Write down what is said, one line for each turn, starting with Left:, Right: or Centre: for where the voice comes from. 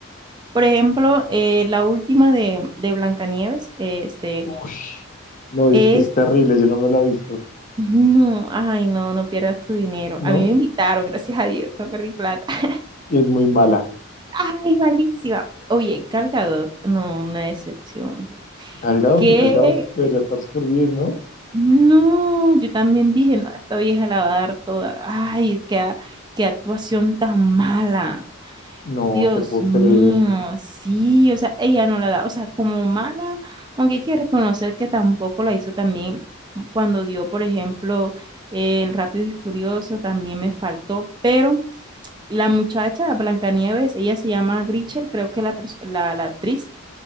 Right: Por ejemplo, eh, la última de, de Blancanieves, eh, este,
Left: Ush, no, es
Right: es
Left: que es terrible, yo no me la he visto.
Right: No, ay, no, no pierdas tu dinero.
Left: No,
Right: A mí me invitaron, gracias a Dios, no perdí plata. <laughs>
Left: y es muy mala.
Right: Ay, malísima. Oye, Gal Gadot, no, una decepción.
Left: Gal Gadot,
Right: ¿Qué?
Left: y Gal Gadot debería estar súper bien, ¿no?
Right: No, yo también dije, no, esta vieja la va a dar toda. Ay, qué, a- qué actuación tan mala.
Left: No
Right: Dios
Left: te puedo
Right: mío,
Left: creer.
Right: sí, o sea, ella no la da, o sea, como mala, aunque hay que reconocer que tampoco la hizo también cuando dio, por ejemplo, eh, el Rápido y Furioso, también me faltó, pero la muchacha, Blancanieves, ella se llama Grichel, creo que la, pers- la, la actriz,